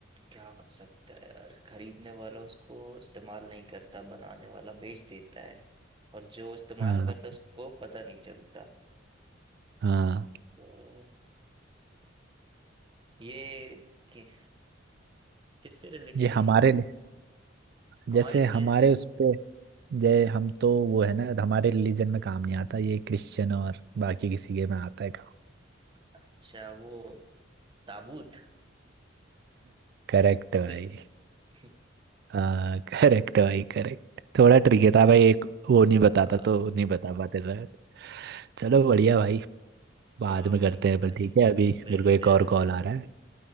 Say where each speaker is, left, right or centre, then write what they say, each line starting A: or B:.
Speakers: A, on the right; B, on the right.
A: क्या हो सकता है यार खरीदने वाला उसको इस्तेमाल नहीं करता बनाने वाला बेच देता है और जो इस्तेमाल
B: हाँ
A: करता है उसको पता नहीं चलता
B: हाँ
A: तो ये कि, किससे रिलेटेड
B: ये
A: है
B: हमारे
A: ये
B: लिए
A: हमारे
B: जैसे
A: लिए
B: हमारे
A: है।
B: उस पे जय हम तो वो है ना हमारे रिलीजन में काम नहीं आता ये क्रिश्चियन और बाकी किसी के में आता है काम।
A: अच्छा वो ताबूत
B: करेक्ट
A: कॉफिन
B: भाई
A: <laughs>
B: हाँ करेक्ट भाई करेक्ट थोड़ा ट्रिकी था भाई एक वो नहीं बताता
A: आ,
B: तो नहीं बता पाते शायद चलो बढ़िया भाई बाद
A: चलो
B: में
A: बढ़िया
B: करते हैं
A: भाई
B: पर ठीक है अभी
A: मिलते
B: मेरे को एक और
A: हैं फिर
B: कॉल आ रहा है